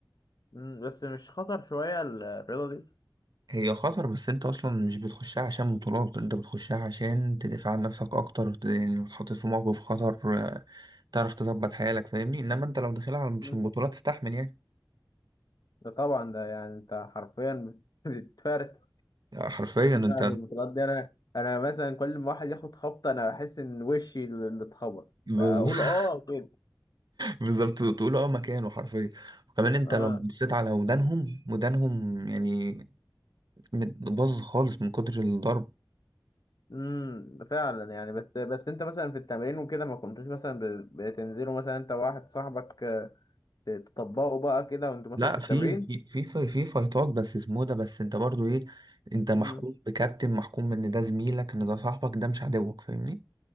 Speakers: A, on the left; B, on the right.
A: مم، بس مش خطر شوية ال- الرياضة دي؟
B: هي خطر بس انت اصلا مش بتخشها عشان بطولات انت بتخشها عشان تدافع عن نفسك اكتر ت- يعني تحط في موقف خطر آه، تعرف تظبط حيالك فاهمني انما انت لو داخلها على- مش
A: مم.
B: بطولات تستحمل يعني
A: ده طبعا ده يعني انت حرفيا <laughs> بتتفرد
B: آه، حرفيا
A: يعني
B: انت ب-
A: البطولات دي انا انا مثلا كل ما واحد ياخد خبطة انا بحس ان وشي اللي اتخبط
B: <laughs>
A: بقول اه كده
B: بالظبط تقول اه مكانه حرفيا وكمان انت
A: اه
B: لو بصيت على ودانهم ودانهم يعني مت- باظت خالص من كتر الضرب
A: امم فعلا يعني بس بس انت مثلا في التمرين وكده ما كنتوش مثلا ب- بتنزلوا مثلا انت وواحد صاحبك آه، تطبقوا بقى كده وانتوا مثلا
B: لا
A: في
B: في
A: التمرين
B: في في في في فايتات بس اسمه ده بس انت برضو ايه انت محكوم
A: امم
B: بكابتن محكوم ان ده زميلك ان ده صاحبك ده مش عدوك فاهمني